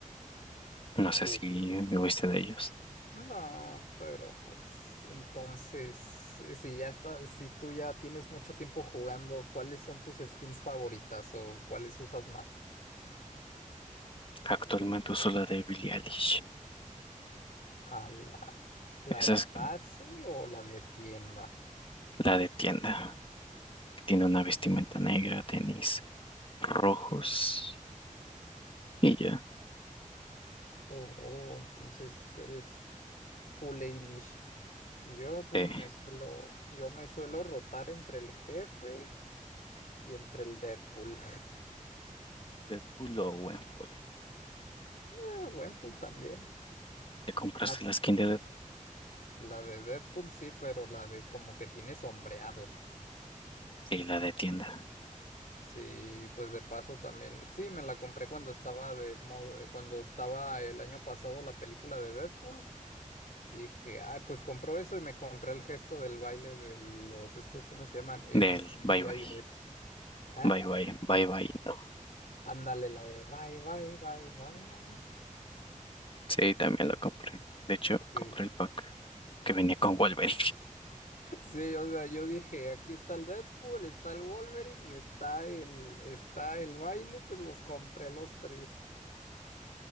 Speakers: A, on the left; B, on the left.
A: No sé
B: o-
A: si oíste de ellos.
B: No, pero pues entonces, eh, si ya está, si tú ya tienes mucho tiempo jugando, ¿cuáles son tus skins favoritas o cuáles usas más?
A: Actualmente uso la de Billie Eilish.
B: a la,
A: Esa
B: la de
A: es
B: pase o la de tienda.
A: la de tienda. Tiene una vestimenta negra, tenis rojos y ya.
B: Oh, entonces tú eres full Eilish. Yo pues
A: De
B: me suelo, yo me suelo rotar entre el jefe y entre el Deadpool.
A: Deadpool o Gwenpool.
B: <laughs> Buen pool también.
A: ¿Te compraste
B: Más
A: la skin de
B: la de Deadpool sí, pero la de como que tiene sombreados.
A: Sí, la de tienda.
B: Sí, pues de paso también. Sí, me la compré cuando estaba de modo, cuando estaba el año pasado la película de Deadpool. Dije, ah, pues compró eso y me compré el gesto del baile de los estos, ¿cómo se llaman? en
A: Del
B: NCIS.
A: bye bye.
B: ¿Ah?
A: Bye bye. Bye bye. No.
B: Ándale, la de bye, bye, bye, bye, bye.
A: Sí, también lo compré. De hecho,
B: Sí.
A: compré el pack que venía con Wolverine.
B: <laughs> Sí, o sea, yo dije, aquí está el Deadpool, está el Wolverine y está el, está el baile, pues los compré los tres.